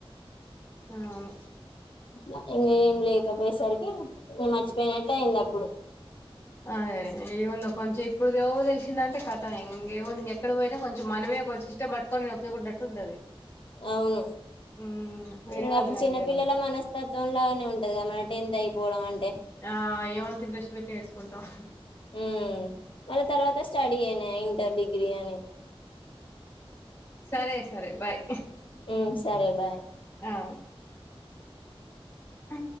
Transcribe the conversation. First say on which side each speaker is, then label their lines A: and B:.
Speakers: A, on the left; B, on the left.
A: అవును
B: ఇంక ఏం లేకపోయేసరికి ఇగ మర్చిపోయినట్టు అయింది అప్పుడు
A: అదే అదే ఏం ఉంది కొంచెం ఇప్పుడు దొ వచ్చింద అంటే కథం ఇంకేముంది ఇంక ఎక్కడకి పోయినా కొంచం మనమే కొంచెం సిస్టం పట్టుకోని నొక్కేకున్నట్టు ఉంటది
B: అవును
A: మ్మ్ వేరే
B: ఇంకా
A: వాళ్ళని
B: అప్పుడు
A: అడిగేదానికన్నా
B: చిన్న పిల్లల మనస్తత్వం లనే ఉంటది కదా మన టెన్త్ అయిపోవడం అంటే
A: ఆ ఏ మంత ఇంట్రెస్ట్ పెట్టి నేర్చుకుంటాం
B: ఉమ్ మళ్ళ తర్వాత స్టడీ అనయే ఇంటర్ డిగ్రీ అని
A: సరే సరే బాయ్
B: ఉమ్ సరే బాయ్
A: ఆ అ